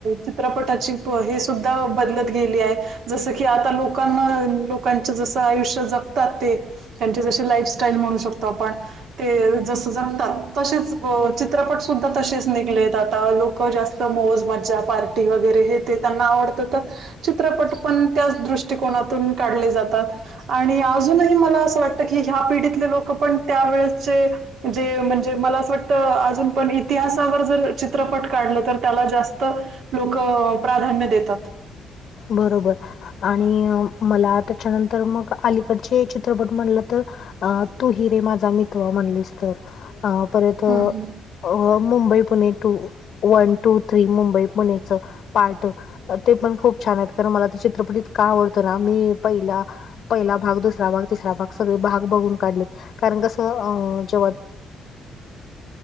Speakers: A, on the right; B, on the left.
A: चित्रपटाची हे सुद्धा बदलत गेली आहे. जस की आता लोकांना लोकांच जसं आयुष्य जगतात ते त्यांचे जशी लाईफस्टाईल म्हणू शकतो आपण ते जस जगतात तसेच चित्रपट सुुद्धा तसेच निघलेत आता लोक जास्त ते, मोजमाजा पार्टी वगैरे हे ते त्यांना आवडतं तर चित्रपट पण त्याच दृष्टकोनातून काढले जातात आणि अजूनही मला असं वाटतं की ह्या पिढीतले लोक पण त्यावेेळेसचे जे म्हणजे मला असं वाटतं अजून पण इतिहासावर जर चित्रपट काढलं तर त्याला जास्त लोक प्राधान्य देतात
B: बरोबर आणि मला त्याच्यानंतर मग अलीकडचे चित्रपट म्हणलं तर अ तू हि रे माझा मितवा म्हणलीस तर अ परत अ
A: हम्म.
B: Mumbai Pune two one two three Mumbai पुण्याचं पार्ट ते पण खूप छान आहेत कारण मला तर चित्रपट इतका आवडतो ना मी पहिला पहिला भाग दुसरा भाग तिसरा भाग सगळे भाग बघून काढलेत कारण कसं जेव्हा